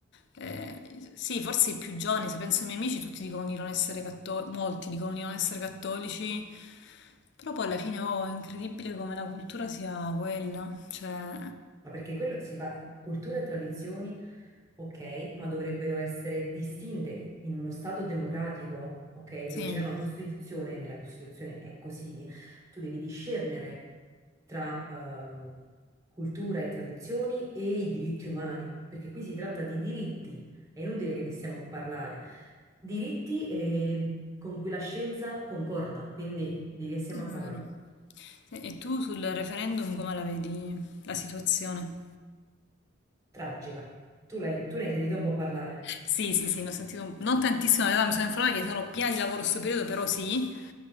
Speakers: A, on the left; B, on the right.
A: eh, sì, forse i più giovani, se penso ai miei amici, tutti dicono di non essere cattolici, molti dicono di non essere cattolici, però poi alla fine oh, è incredibile come la cultura sia quella, cioè,
B: ma perché quello si fa, cultura e tradizioni, ok, ma dovrebbero essere distinte in uno Stato democratico, ok, dove
A: sì.
B: c'è una Costituzione, nella Costituzione è così, tu devi discernere tra ehm, cultura e tradizioni e i diritti umani, perché qui si tratta di diritti, è inutile che ne stiamo a parlare, diritti eh, con cui la scienza concorda, quindi di che stiamo
A: È vero.
B: a parlare?
A: Sì, E tu sul referendum come la vedi la situazione?
B: Tragica. Tu, l'hai- tu ne hai sentito un po' parlare?
A: Sì, sì, sì, ne ho sentito non tantissimo, in realtà mi sono informata che sono piena di lavoro in questo periodo, però sì.